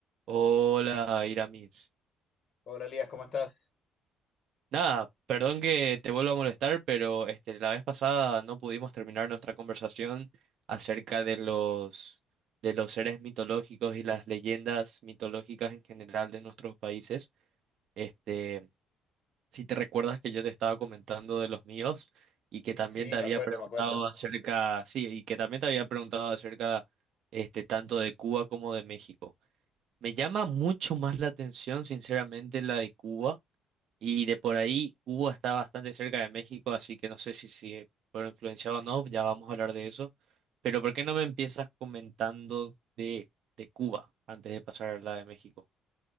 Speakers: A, on the right; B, on the left.
A: Hola, Iramis.
B: Hola Elías, ¿cómo estás?
A: Nada, perdón que te vuelva a molestar, pero este, la vez pasada no pudimos terminar nuestra conversación acerca de los, de los seres mitológicos y las leyendas mitológicas en general de nuestros países. Este, si te recuerdas que yo te estaba comentando de los míos y que también
B: Sí,
A: te había
B: me acuerdo,
A: preguntado
B: me acuerdo.
A: acerca, sí, y que también te había preguntado acerca este, tanto de Cuba como de México. Me llama mucho más la atención, sinceramente, la de Cuba Y de por ahí, Cuba está bastante cerca de México, así que no sé si, si fueron influenciados o no, ya vamos a hablar de eso. Pero ¿por qué no me empiezas comentando de, de Cuba antes de pasar a la de México?